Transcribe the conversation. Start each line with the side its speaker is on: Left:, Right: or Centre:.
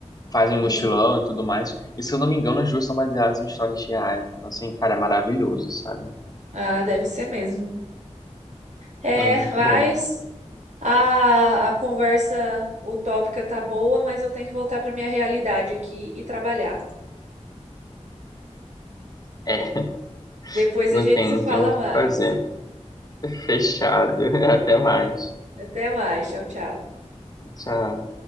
Left: fazem um
Right: Uhum.
Left: mochilão e tudo mais. E se eu não me engano, as duas são baseadas em histórias reais. Então, assim, cara, é maravilhoso, sabe?
Right: Ah, deve ser mesmo. É,
Left: É muito
Right: mas
Left: bom.
Right: A, a conversa utópica tá boa, mas eu tenho que voltar para minha realidade aqui e trabalhar.
Left: É, <laughs>
Right: Depois
Left: não
Right: a gente
Left: tem,
Right: se
Left: não
Right: fala
Left: tem muito
Right: mais.
Left: o que fazer. Fechado. <laughs> Até mais.
Right: Até mais. Tchau, tchau.
Left: Tchau.